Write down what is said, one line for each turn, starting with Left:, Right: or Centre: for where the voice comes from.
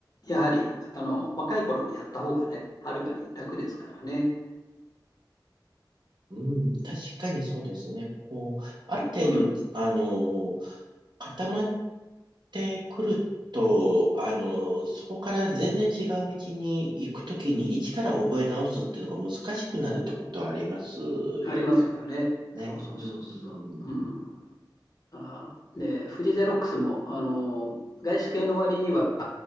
Left: やはりあの若い頃にやった方がね、はるかに楽ですからね。
Right: うん、確かにそうですね。こう、ある程度、
Left: うん、
Right: あの、固まってくると、あの、そこから全然違う道に行くときに、一から覚え直すっていうのが難しくなるってことはありますよね。
Left: ありますよね。
Right: ね。
Left: そうそうそうそう。
Right: うん、うん
Left: うんあー、で、フジゼロックスも、あの、外資系の割には、